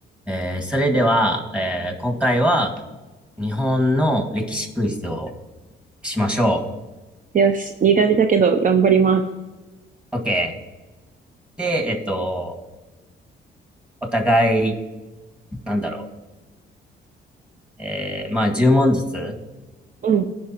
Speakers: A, in the centre; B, on the right.
A: えーそれでは、えー今回は日本の歴史クイズをしましょ
B: よし、苦手だけど頑張ります。
A: う。OK。で、えっと、お互い、なんだろう。えーまあ、10問ずつ
B: うん、